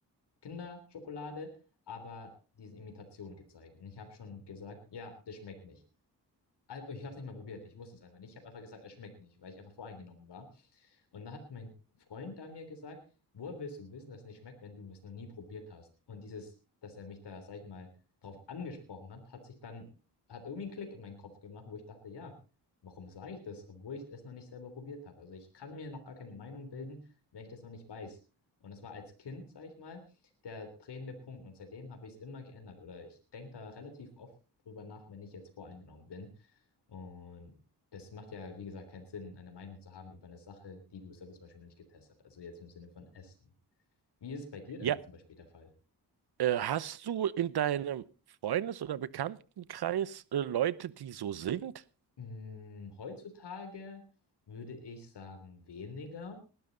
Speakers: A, on the left; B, on the right.
A: Kinderschokolade, aber diese Imitation gezeigt. Und ich habe schon gesagt, ja, das schmeckt nicht. Al- Ich habe es nicht mal probiert, ich wusste es einfach nicht. Ich habe einfach gesagt, es schmeckt nicht, weil ich einfach voreingenommen war. Und da hat mein Freund da mir gesagt, woher willst du wissen, dass es nicht schmeckt, wenn du es noch nie probiert hast? Und dieses, dass er mich da, sag ich mal, drauf angesprochen hat, hat sich dann, hat irgendwie einen Klick in meinen Kopf gemacht, wo ich dachte, ja, warum sage ich das, obwohl ich es noch nicht selber probiert habe? Also ich kann mir noch gar keine Meinung bilden, wenn ich das noch nicht weiß. Und das war als Kind, sag ich mal, der drehende Punkt. Und seitdem habe ich es immer geändert. Oder ich denke da relativ oft drüber nach, wenn ich jetzt voreingenommen bin und das macht ja, wie gesagt, keinen Sinn, eine Meinung zu haben über eine Sache, die du selber zum Beispiel noch nicht getestet hast. Also jetzt im Sinne von Essen. Wie ist es bei dir denn
B: Ja,
A: zum Beispiel der Fall?
B: äh, hast du in deinem Freundes- oder Bekanntenkreis äh, Leute, die so sind?
A: Mm, heutzutage würde ich sagen weniger,